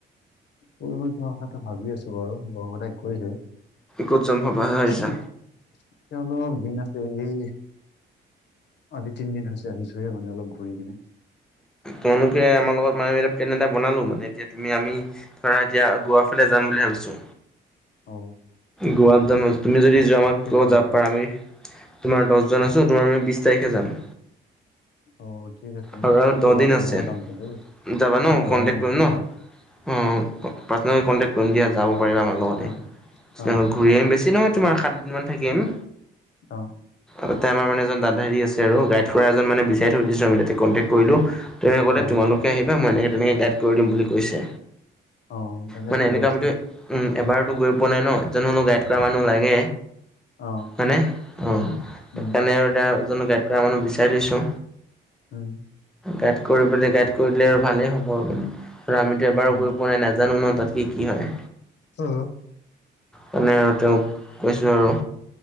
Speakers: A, on the left; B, in the centre.
A: ফূৰিব যোৱাৰ কথাটো ভাবি আছো বাৰু <unintelligible> কৈছে
B: ক'ত যাম ভাবা ভাবিছা?
A: তেওঁলোকৰ দিন আছে এই আজি তিনদিন হৈছে আহিছোহে মানে অলপ ঘূৰি কিনে
B: তোমলোকে আমাৰ লগত মানে ফেন এটা বনালো মানে এতিয়া তুমি আমি ধৰা এতিয়া গোৱাফালে যাম বুলি ভাবিছো
A: অ
B: গোৱাত যাম তুমি যদি যোৱা আমাক
A: কেইটামান
B: য যাব
A: যাবা?
B: পাৰা আমি তোমাৰ দহজন আছো তোমাৰ আমি বিশ তাৰিখে যাম।
A: অ ঠিক আছে
B: আৰু
A: মই ভাবো
B: আৰু দহ
A: কবা
B: দিন
A: দেই
B: আছে
A: মোৰো
B: যাবা ন
A: যাব
B: কণ্টেক্ট
A: মন
B: কৰিম
A: আছে
B: ন?
A: গোৱাত
B: অ', পাৰ্চনেল কণ্টেক কৰিম দিয়া যাব পাৰিবা আমাৰ লগতে
A: অ' অ'
B: ঘূৰি আহিম বেছি নহয় তোমাৰ সাতদিনমান থাকি আহিম
A: অ
B: তাতে আমাৰ মানে এজন দাদা হেৰি আছে আৰু গাইড কৰা এজন মানে বিচাৰি থৈ দিছো আমি তাতে কন্টেক কৰিলো। তেওঁয়ে ক'লে
A: অ'
B: তোমালোকে আহিবা মই এনেকে তেনেকে গাইড কৰি দিম বুলি কৈছে।
A: অ' তেন্তে
B: মানে
A: ঠিকেই
B: এনকা
A: আছে।
B: আমিতো উম এবাৰতো গৈ পোৱা নাই ন জেনো অলপ গাইড গাইড কৰা মানুহ
A: উম,
B: লাগে
A: অ'
B: হয়নে অ সেইকাৰণে
A: উম,
B: আৰু এতিয়া এজনক গাইড এতিয়া মানুহ বিচাৰিছো
A: উম
B: গাইড কৰিবলে গাইড কৰি দিলে আৰু ভালেই হ'ব আৰু আৰু আমিতো এবাৰো
A: অ'
B: গৈ পোৱাই নাই নাজানো ন তাত কি কি হয়
A: অ
B: মানে আৰু তেওঁক কৈছো আৰু